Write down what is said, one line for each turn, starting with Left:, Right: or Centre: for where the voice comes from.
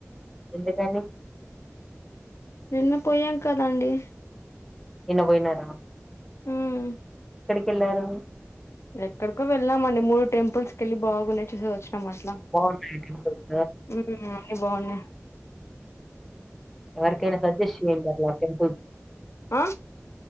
Centre: ఎందుకని
Left: నిన్న పోయాం కదండి
Centre: నిన్న పోయిన్నార
Left: ఉమ్
Centre: ఎక్కడికెళ్లారు
Left: ఎక్కడికో వెళ్లమండి మూడు టెంపుల్స్ కెళ్లి బాగున్నాయి చూసోచ్ చమ్ అట్లా
Centre: బాగున్నాయి టెంపుల్స్
Left: ఉమ్ అన్ని బాగున్నాయి
Centre: ఎవరికైనా సజెస్ట్ చేయండాట్ల టెంపుల్
Left: ఆ